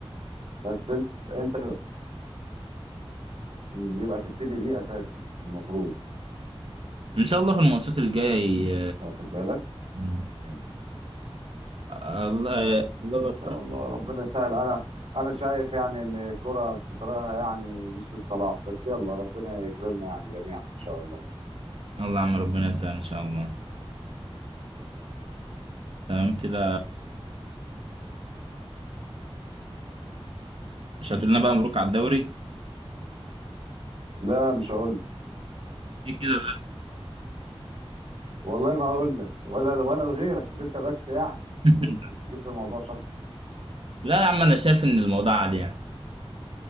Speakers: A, on the right; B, on the right.
A: بس انت انت مم، يبقى تبتدي بيه اساسي المفروض
B: ان شاء الله في الماتشات الجايه
A: واخد بالك
B: ي-
A: يعني
B: الله
A: آه،
B: الله
A: ان شاء الله ربنا يسهل انا انا شايف يعني ان الكرة في طريقها يعني مش للصلاح بس يلا ربنا يكرمنا يعني جميعا ان شاء الله
B: الله عم ربنا يسهل ان شاء الله تمام كده مش هتقول لنا بقى مبروك على الدوري
A: لا مش هقول لك
B: إيه كده بس
A: والله ما هقول لك ولا ولا لغيرك مش انت بس يعني
B: <laughs>
A: عشان ما تفتكرش الموضوع شخصي
B: لا يا عم انا شايف ان الموضوع عادي يعني